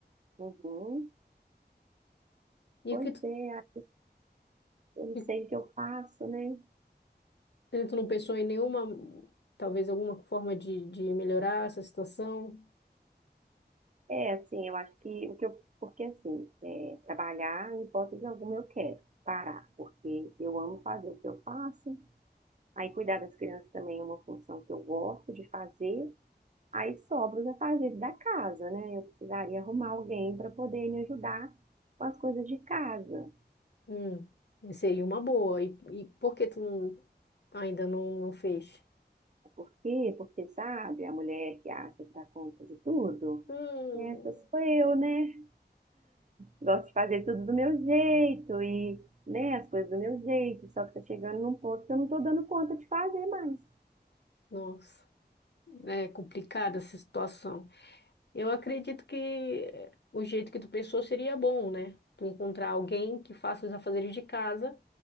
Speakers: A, on the right (about 45°); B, on the left (about 75°).
A: Uhum.
B: E
A: Pois
B: o que tu,
A: é, eu não
B: e
A: sei o que eu faço, né?
B: tu não pensou em nenhuma, talvez alguma forma de, de melhorar essa situação?
A: É, assim, eu acho que o que eu, porque assim, é, trabalhar, em hipótese alguma, eu quero parar, porque eu amo fazer o que eu faço. Aí cuidar das crianças também é uma função que eu gosto de fazer. Aí sobra os afazeres da casa, né? Eu precisaria arrumar alguém para poder me ajudar com as coisas de casa.
B: Hum, seria uma boa. E, e por que tu não- ainda não, não fez?
A: Por quê? Porque, sabe, a mulher que acha que dá conta de tudo,
B: Hum,
A: essas sou eu, né? gosto de fazer tudo do meu jeito e, né, as coisas do meu jeito, só que tá chegando num ponto que eu não tô dando conta de fazer mais.
B: nossa, é complicada essa situação. Eu acredito que eh, o jeito que tu pensou seria bom, né? Tu encontrar alguém que faça os afazeres de casa,